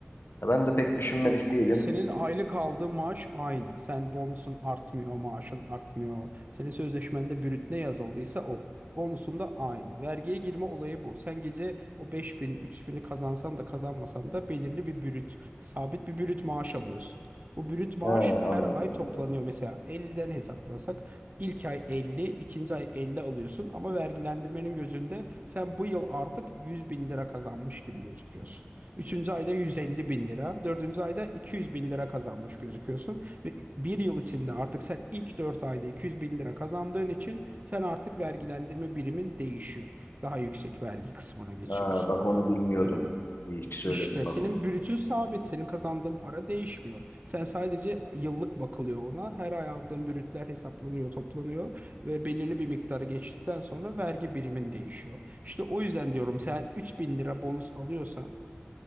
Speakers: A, on the left (about 65°); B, on the right (about 40°).
A: Ya ben de pek düşünmedik
B: Yok
A: değilim.
B: senin aylık aldığın maaş aynı. Sen bonusun artmıyor, maaşın artmıyor. Senin sözleşmende brüt ne yazıldıysa o. Bonusun da aynı. Vergiye girme olayı bu. Sen gece o 5000, bin'i kazansan da kazanmasan da belirli bir brüt, sabit bir brüt maaş alıyorsun. Bu brüt maaş
A: He, anladım
B: her ay toplanıyor.
A: anladım.
B: Mesela 50'den hesaplasak ilk ay 50, ikinci ay 50 alıyorsun ama vergilendirmenin gözünde sen bu yıl artık 100 bin lira kazanmış gibi gözüküyorsun. Üçüncü ayda 150 bin lira, dördüncü ayda 200 bin lira kazanmış gözüküyorsun. Ve bir yıl içinde artık sen ilk dört ayda 200 bin lira kazandığın için sen artık vergilendirme birimin değişiyor. Daha yüksek vergi kısmına geçiyorsun.
A: Ha, bak onu bilmiyordum.
B: Ee,
A: İyi ki söyledim
B: işte
A: bak
B: senin
A: onu.
B: brütün sabit, senin kazandığın para değişmiyor. Sen sadece yıllık bakılıyor ona. Her ay aldığın brütler hesaplanıyor, toplanıyor ve belirli bir miktarı geçtikten sonra vergi birimin değişiyor. İşte o yüzden diyorum sen 3000 lira bonus alıyorsan